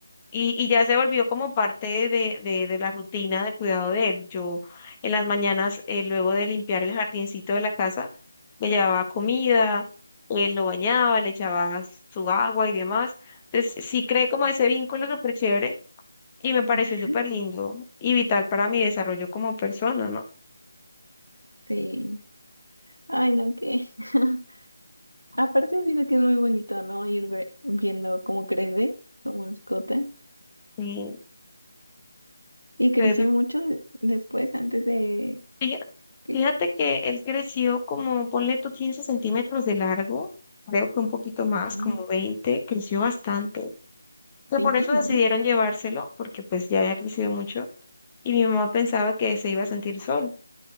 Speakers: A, on the left (about 20°); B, on the right (about 85°).
A: Y, y ya se volvió como parte de, de, de la rutina de cuidado de él. Yo en las mañanas, eh, luego de limpiar el jardincito de la casa, le llevaba comida, él lo bañaba, le echaba su agua y demás. Entonces sí creé como ese vínculo súper chévere y me pareció
B: <laughs>
A: súper lindo y vital para mi desarrollo como persona, ¿no?
B: Sí. Ay, no, qué. <laughs> Aparte, siento que es muy bonito, ¿no? Ir ve- viendo cómo crece tu mascota.
A: Y,
B: Y creció
A: pues,
B: mucho de- después, antes de...
A: fija-
B: que-
A: fíjate que él creció como, ponle tú 15 centímetros de largo, creo que un poquito más,
B: Mm,
A: como veinte creció bastante. sea,
B: Sí,
A: por eso decidieron
B: ¿eh?
A: llevárselo, porque pues ya había crecido mucho y mi mamá pensaba que se iba a sentir solo.